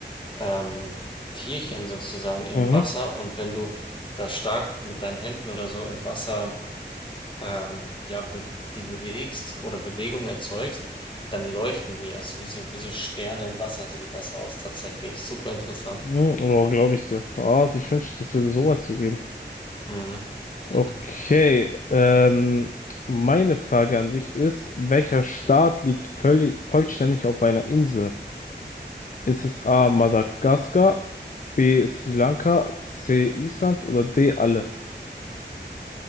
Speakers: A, on the left; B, on the left.
A: ähm, Tierchen sozusagen im
B: Mhm.
A: Wasser. Und wenn du da stark mit deinen Händen oder so im Wasser ähm, ja, be die bewegst oder Bewegung erzeugst, dann leuchten die. Also wie so, wie so Sterne im Wasser sieht das aus tatsächlich. Super interessant.
B: Hm, oh, glaube ich dir. Ah, also ich wünschte, das würde sowas hier geben.
A: Mhm.
B: Okay,
A: <laughs>
B: ähm, meine Frage an dich ist, welcher Staat liegt völlig, vollständig auf einer Insel? Ist es A. Madagaskar, B. Sri Lanka, C. Island oder D. alle?